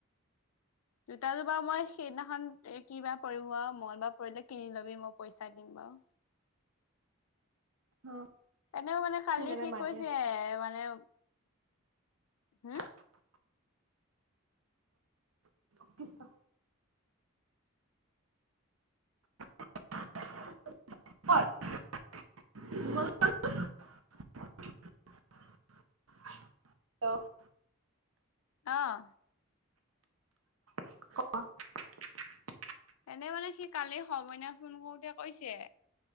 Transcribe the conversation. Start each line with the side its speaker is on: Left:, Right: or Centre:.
Left: জোতা জোৰ বাৰু মই সেইদিনাখন এ কিবা পৰিব আও মঙলবাৰ পৰিলে কিনি লবি মই পইচা দিম বাও।
Right: অ
Left: এনেও মানে কালি
Right: দাদাই
Left: সি
Right: মাত
Left: কৈছে
Right: দি আছে
Left: মানে হোম?
Right: <inaudible> <inaudible> <unintelligible> হেল্ল!
Left: অঁ।
Right: ক
Left: এনে মানে সি কালি সৰুমইনা ফোন কৰোতে কৈছে